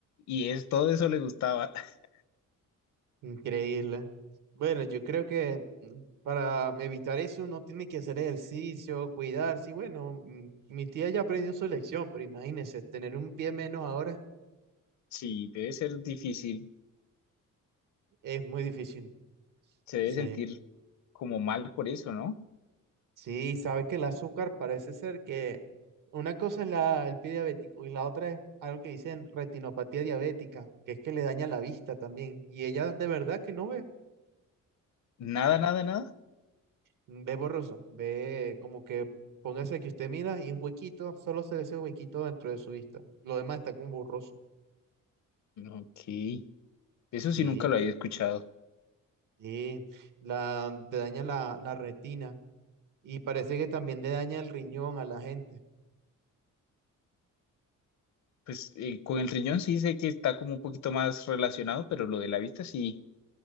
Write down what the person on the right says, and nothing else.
Increíble. Bueno, yo creo que mm, para evitar eso uno tiene que hacer ejercicio, cuidarse. Y bueno, mm, mi tía ya aprendió su lección, pero imagínese, tener un pie menos ahora
es muy difícil.
Sí.
Sí, sabe que el azúcar parece ser que una cosa es la, el pie diabético y la otra es algo que dicen retinopatía diabética, que es que le daña la vista también. Y ella de verdad que no ve,
ve borroso, ve como que póngase que usted mira y un huequito, solo se ve ese huequito dentro de su vista. Lo demás está como borroso.
Sí,
sí, la, te daña la, la retina y parece que también le daña el riñón a la gente.